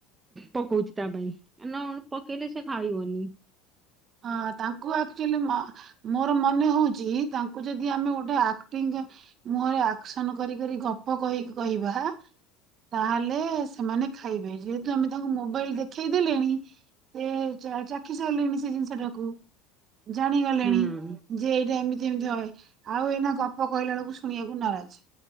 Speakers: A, on the right (about 20°); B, on the right (about 45°).
A: ପକଉଚି ତା ପାଇଁ। ଆଉ ନ ପକେଇଲେ ସେ ଖାଇବନି।
B: ହଁ। ତାଙ୍କୁ ଆକ୍ଚୁଆଲି ମ ମୋର ମନେ ହଉଚି ତାଙ୍କୁ ଯଦି ଆମେ ଗୋଟେ ଆକ୍ଟିଙ୍ଗ ମୁହଁରେ ଆକ୍ସନ କରି କରି ଗପ କହିକି କହିବା ତାହେଲେ ସେମାନେ ଖାଇବେ। ଯେ ଯେହେତୁ ଆମେ ତାଙ୍କୁ ମୋବାଇଲ ଦେଖେଇ ଦେଲେଣି ସେ ଚା-ଚାଖି ସାରିଲେଣି ସେ ଜିନିଷଟାକୁ। ଜାଣିଗଲେଣି।
A: ହୁଁ।
B: ଯେ ଏଇଟା ଏମିତି ଏମିତି ହଏ। ଆଉ ଏଇନା ଗପ କହିଲା ବେଳକୁ ଶୁଣିବାକୁ ନାରାଜ।